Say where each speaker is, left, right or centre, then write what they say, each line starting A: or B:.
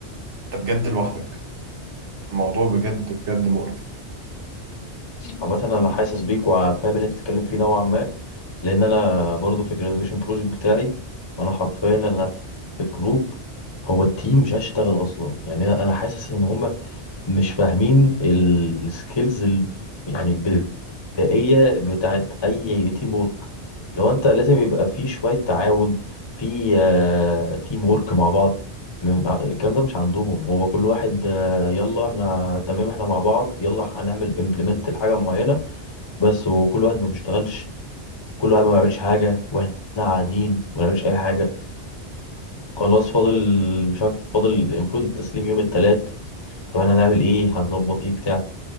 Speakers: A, on the right; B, on the left.
A: انت بجد لوحدك الموضوع بجد بجد مقرف
B: عامة انا حاسس بيك وفاهم اللي انت بتتكلم فيه نوعا ما لان انا برضو في الجراديويشن بروجكت بتاعي انا حرفيا انا في الجروب هو التيم مش عايز يشتغل اصلا يعني انا أنا حاسس ان هم مش فاهمين السكيلز يعني البدائية بتاعت أي تيم وورك لو أنت لازم يبقى في شوية تعاون في آه، تيم وورك مع بعض م- آه، الكلام ده مش عندهم هو كل واحد آه، يلا احنا تمام احنا مع بعض يلا هنعمل امبلمنت لحاجة معينة بس وكل واحد ما بيشتغلش كل واحد ما بيعملش حاجة واحنا قاعدين ما بنعملش أي حاجة وخلاص فاضل مش عارف فاضل المفروض التسليم يوم التلات طب احنا هنعمل ايه هنظبط ايه بتاع